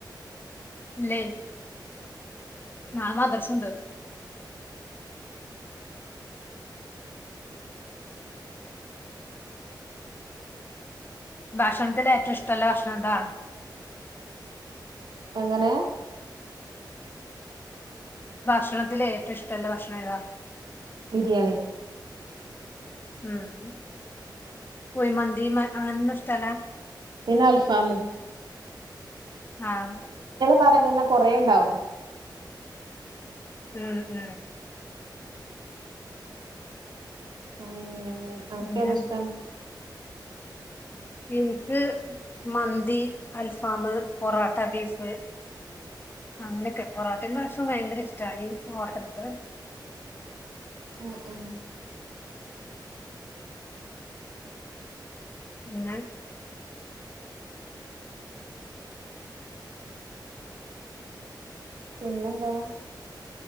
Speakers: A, on the left; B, on the right.
A: ല്ലയ് നാളേമദ്രസണ്ട് ഭക്ഷണത്തിലേറ്റവും ഇഷ്ടള്ള ഭക്ഷണം എന്താ
B: എങ്ങനേ
A: ഭക്ഷണത്തില് ഏറ്റവും ഇഷ്ടല്ല ഭക്ഷണം ഏതാ
B: ബിരിയാണി
A: ഉം കുയിമന്തി മ് അങ്ങനൊന്നും ഇഷ്ടാല
B: പിന്നെൽഫാമും
A: ആഹ്
B: പറങ്ങ്ന്ന കൊറേ ണ്ടാവും
A: ഉം ഉം
B: ഉം അനക്കേതാ
A: പിന്നെ
B: ഇഷ്ടം
A: ഇൻക്ക് മന്തി അൽഫാമ് പൊറാട്ട ബീഫ് അങ്ങനെയൊക്കെ പൊറോട്ടേ <unintelligible> ഭയങ്കര ഇഷ്ടാ ഈ ഹോട്ടൽത്തെ
B: ഉം ഉം
A: പിന്നെ
B: പിന്നെ എന്താ